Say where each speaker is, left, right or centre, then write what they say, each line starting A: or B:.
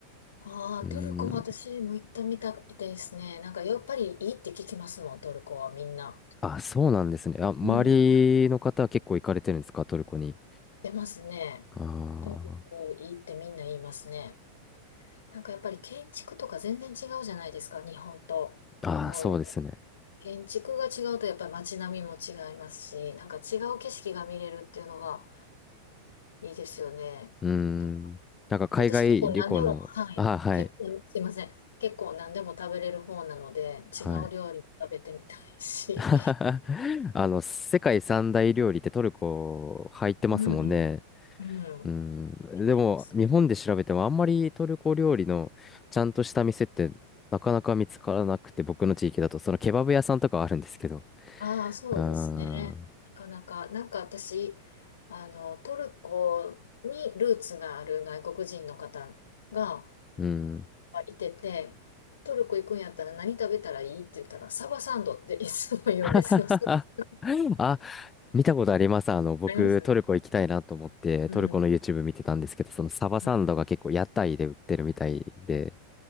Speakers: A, on the left; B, on the left.
A: ああ、
B: うーん。
A: トルコも私も行ったみたいですね。なんかやっぱりいいって聞きますもん、トルコはみんな。
B: あ、そうなんですね。あ、周
A: うん。なっ
B: りの方は結構行かれてるんですか、トルコに。
A: てますね。
B: あ
A: トルコいいってみんな言いますね。なんかやっぱり建築とか全然違うじゃないですか、日本と。
B: あ、
A: この
B: ああ、そうですね。
A: 建築が違うとやっぱり街並みも違いますし、なんか違う景色が見れるっていうのがいいですよね。
B: うーん。
A: なんか
B: なんか海外旅行の、
A: 私結構何でも、はい。
B: あ、はい、
A: 結構、すいません。結構何でも食べれる方なので、
B: はい。
A: 違う料理も食べてみたいし。
B: <laughs> あの、世界三大料理ってトルコ入ってますもんね。
A: うん。うん。<laughs>
B: うん。
A: やってます。
B: でも、日本で調べてもあんまりトルコ料理のちゃんとした店ってなかなか見つからなくて、僕の地域だと、そのケバブ屋さんとかはあるんですけど。
A: ああ、そうですね。
B: うーん。
A: なかなか、なんか私、あの、トルコにルーツがある外国人の方が
B: うん。
A: いてて、トルコ行くんやったら何食べたらいいって言ったら、サバサンドっていつも言うんですよ。
B: <laughs>
A: あ
B: あ、見たことあります。あの、僕、
A: ります
B: トルコ行きたいなと思って、
A: うん。
B: トルコの YouTube 見てたんですけど、そのサバサンドが結構屋台で売ってるみたいで、
A: はい